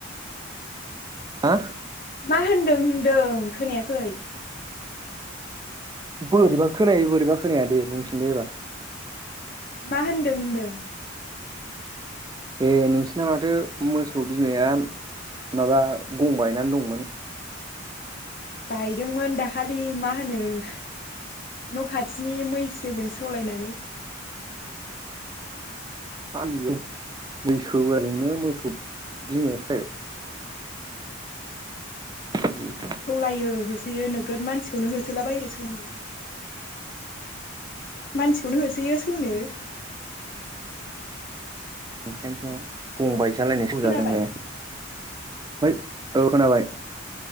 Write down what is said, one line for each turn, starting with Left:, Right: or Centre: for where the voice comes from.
Right: हा?
Left: मा होनदों होनदों खोनायाखै?
Right: बोरैबा खोनायो बोरैबा खोनाया दे बुंफिनदो एबार।
Left: मा होनदों होनदों?
Right: ए नोंसिना माथो मोसौ बिमाया माबा गंबायायनानै दंमोन?
Left: बायदोंमोन दाखालि मा होनो न' खाथिनि मैसोजों सौलायनानै
Right: आइऔ मैसो बाजोंनो मोसौ बिमाया सफायबाय उम।
Left: सौलायो होसोयो नोगोद मानसिखौनो होसोलाबायो सौनो। मानसिखौनो होसोयो सौनो।
Right: ओंखायनोथ' गं बायजालायनाय सौजादों
Left: खोनाबाय
Right: बे। फाय औ खोनाबाय